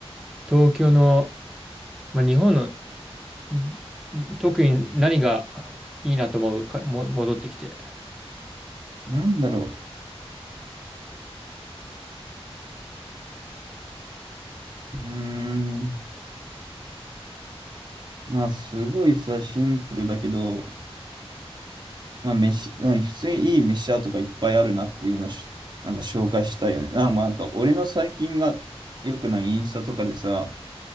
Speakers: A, in the centre; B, on the right (about 45°).
A: 東京の、まあ、日本の、ん特に何がいいなと思うか、も、戻ってきて。
B: う。なんだろう、うーん、まあ、すごいさ、シンプルだけど、まあ、飯、なんか普通にいい飯屋とかいっぱいあるなっていうのをし、なんか紹介したいよね。なんか、まあなんか俺の最近が良くないインスタとかでさ、